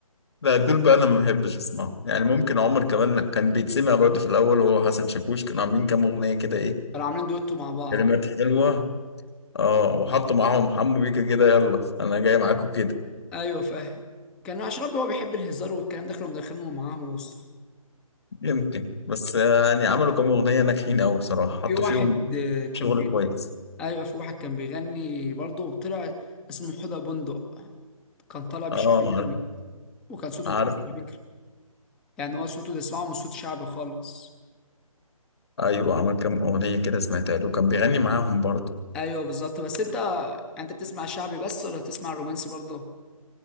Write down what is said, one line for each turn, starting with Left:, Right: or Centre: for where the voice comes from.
Left: لا دول بقى انا ما بحبش اسمعهم يعني ممكن عمر كمان كان بيتسمع برضه في الاول هو حسن شاكوش كانوا عاملين كام اغنيه كده ايه
Centre: كانوا عاملين دويتو مع بعض
Left: كلمات حلوه اه وحطوا معاهم حمو بيكا كده يلا انا جاي معاكم كده
Centre: ايوه فاهم كان اشربي هو بيحب الهزار والكلام ده كانوا مدخلينه معاه وسطهم
Left: يمكن بس يعني عملوا كام اغنيه ناجحين قوي بصراحه حطوا
Centre: في واحد
Left: فيهم
Centre: آه، كان
Left: شغل
Centre: بي...
Left: كويس
Centre: ايوه في واحد كان بيغني برضه طلع اسمه حدى بندق كان طالع بشكل
Left: اه عارف
Centre: جامد وكان صوته
Left: عارف
Centre: كويس على فكره يعني هو صوته تسمعه مش صوت شعبي خالص
Left: ايوه عمل كام اغنيه كده سمعتها له كان بيغني معاهم برضه
Centre: ايوه بالظبط بس انت انت بتسمع شعبي بس ولا بتسمع رومانسي برضه